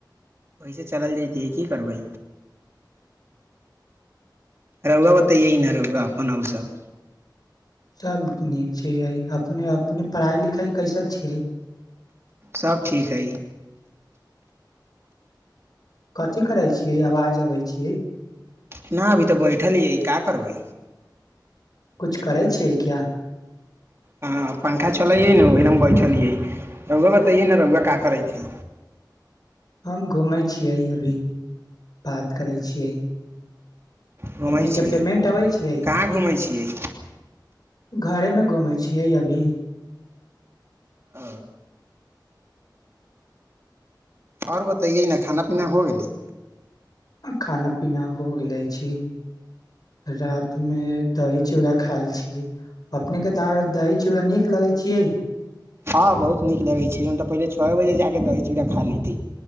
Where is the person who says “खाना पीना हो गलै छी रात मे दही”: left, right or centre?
Left